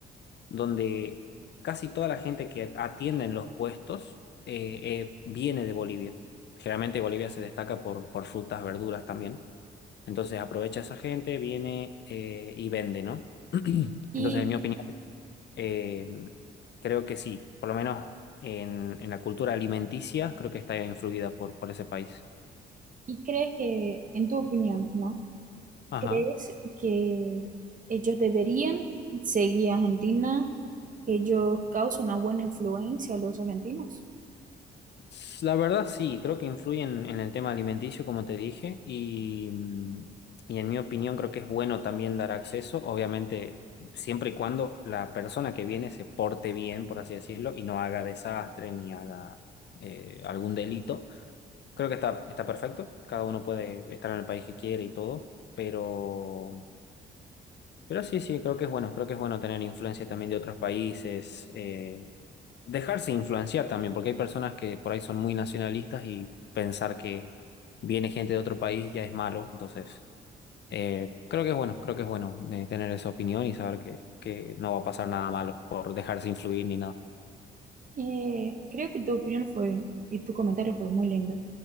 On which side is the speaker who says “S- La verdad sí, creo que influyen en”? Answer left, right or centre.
Left